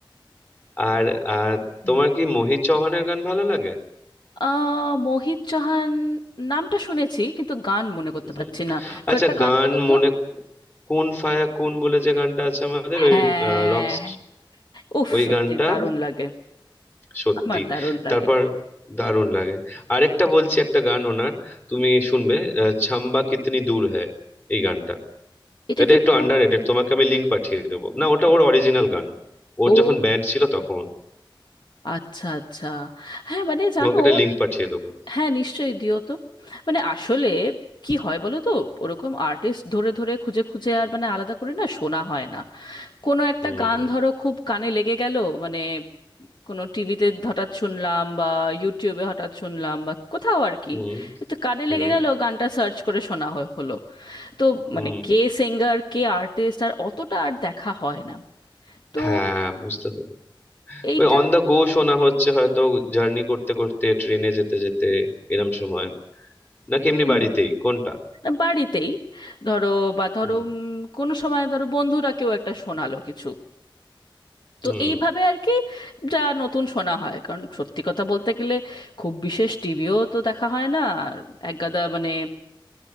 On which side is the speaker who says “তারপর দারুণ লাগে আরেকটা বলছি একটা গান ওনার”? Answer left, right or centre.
Left